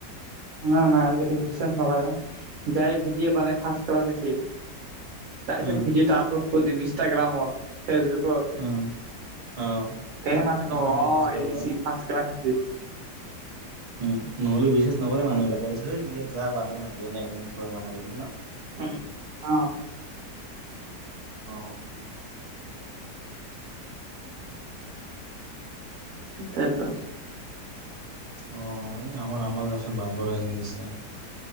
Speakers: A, on the right; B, on the right.
A: নাই নাই আজিকালি বিশ্বাস নকৰে নাই যায় ভিডিঅ' বনাই ফাৰ্ষ ক্লাছে এচিট। তাৰপিছত
B: অ
A: ভিডিঅ'টো আপলোড কত দিবি ইষ্টাগ্ৰামত। ফেচবুকত
B: অ অ
A: তে মানুহে
B: দেখা
A: কব
B: নাই
A: অ'
B: বিশ্বাস কৰিব
A: ই গেইছি ফাৰ্ষ্ট ক্লাছ এচিত।
B: উম উম নহ'লে বিশ্বাস নকৰে মানুহবিলাকক থেই ইয় যাব পাৰব নেকি? এনে এনকে কয় মানুহবিলাকে ন।
A: উম অ'।
B: অ'।
A: সেইটাই টো।
B: অ' এই আমাৰ আমৰ গাছত বান্দৰ আহি গেইচে।